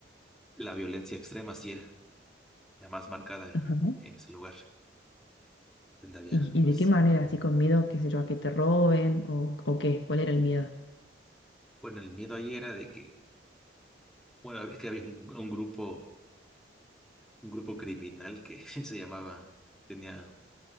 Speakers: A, in the centre; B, on the left.
A: la violencia extrema sí era la más marcada
B: Ajá.
A: en ese lugar, donde había,
B: ¿Y, y
A: pues
B: de qué manera? ¿Así con miedo, qué sé yo, a que te roben o, o qué? ¿Cuál era el miedo?
A: Bueno, el miedo ahí era de que, bueno, es que había un, un grupo, un grupo criminal que <laughs> se llamaba, tenía,